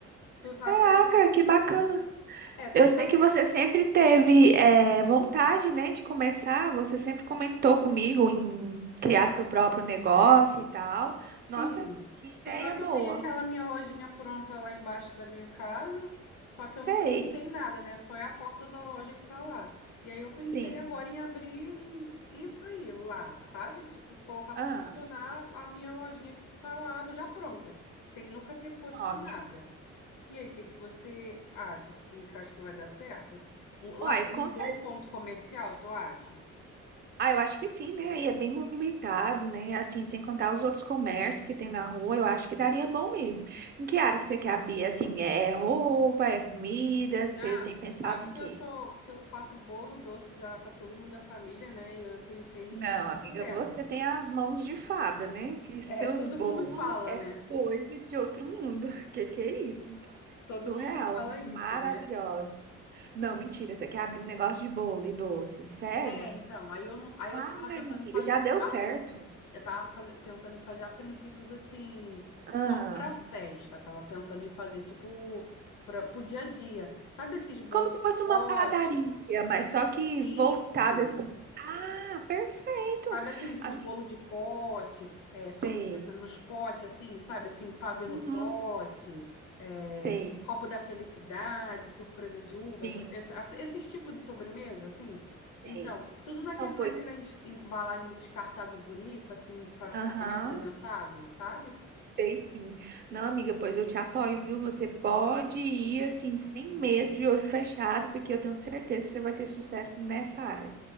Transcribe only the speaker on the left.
Tu sabe
que eu tenho.
É, tu
sabe.
Sim.
Tu sabe
que eu tenho aquela minha lojinha pronta lá embaixo da minha casa, só que eu nunca
montei nada, né? Só é a porta da loja que tá lá. E aí eu pensei
agora em abrir em- isso aí lá, sabe? Tipo, colocar
para funcionar a minha lojinha que tá lá já pronta, sem nunca ter posto
nada. E aí, o que que você acha que você acha que vai dar certo? Um- Lá
seria
um bom ponto comercial, tu acha?
Não,
tu sabe
que
eu sou que eu faço bolo doce já para todo mundo da família, né? E eu pensei
nessa
leva.
<laughs>
É, todo
mundo fala,
né?
Todo
mundo fala isso,
né?
É, então, aí eu não, aí
eu tava pensando
em fazer
a,
prin- eu tava faze- pensando em fazer a princípios assim,
não para festa, tava pensando em fazer tipo para o dia a dia. Sabe esses bolos
de
pote?
Isso.
Sabe assim, esses
bolo de pote, é, sobremesa
nos potes, assim, sabe? Assim, pavê no
pote, é,
copo da felicidade, surpresa de uva,
essa- essa- essa- esses tipos de sobremesa, assim. Então,
tudo naquele,
naquela es- embalagem descartável bonita, assim, para ficar
bem apresentável, sabe?